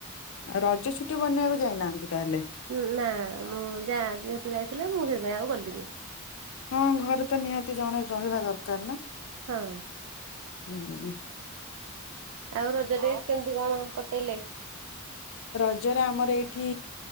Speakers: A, on the left; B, on the right.
A: ରଜ ଛୁଟି ବନେଇବାକୁ ଯାଇନାହାନ୍ତି ତାହେଲେ।
B: ଉଁ ନା ମୁଁ ଯା ଯେହେତୁ ଯାଇଥିଲେ ମୁଁ ସେଥିପାଇଁ ଆଉ ଗଲିନି।
A: ହଁ, ଘରେ ତ ନିହାତି ଜଣେ ରହିବା ଦରକାର ନା।
B: ହଁ,।
A: ହୁଁ,।
B: ଆଉ ରଜରେ କେମିତି କଣ କଟେଇଲେ?
A: ରଜରେ ଆମର ଏଇଠି